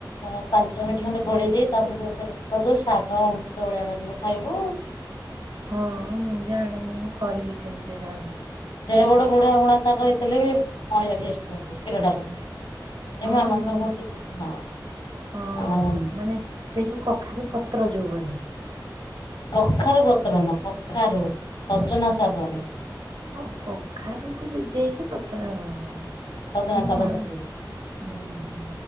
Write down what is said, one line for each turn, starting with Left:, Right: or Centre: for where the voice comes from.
Left: ଅ ପାଞ୍ଚ ମିନିଟ ଖଣ୍ଡେ ଘୋଡେଇ ଦେଇ ତାପରେ ଶାଗ ଅମୃତଭଳିଆ ଲାଗିବ ଖାଇବୁ।
Right: ହଁ ମୁଁ ଜାଣିନି ମୁଁ କରିବି ସେମିତି ଏଥରକ।
Left: ଯେଡ଼େ ବଡ଼ ବୁଢା ବୁଣା ଶାଗ ହେଇଥିଲେ ବି ଭଳିଆ ଟେଷ୍ଟ ଲାଗିବ କ୍ଷୀରଟା ପ
Right: ହଁ
Left: ଏ ମା ମଣ୍ଟ
Right: ବନ
Left: କୁ ଶିଖିଛି ହଁ
Right: ହଁ
Left: ଆଉ
Right: ହଁ ମାନେ ସେ ଯୋଉ କଖାରୁ ପତ୍ର ଯୋଉ ବୋଧେ
Left: କଖାରୁ ପତ୍ର ନୁହ କଖାରୁ ସଜନା ଶାଗରେ
Right: ଆଉ କଖାରୁକୁ ସିଝେଇକି ପତ୍ର ଦବୁ।
Left: ସଜନା
Right: ମୁଁ
Left: ଶାଗ
Right: ଭାବି
Left: ପକେଇବୁ।
Right: ହୁଁ ହୁଁ।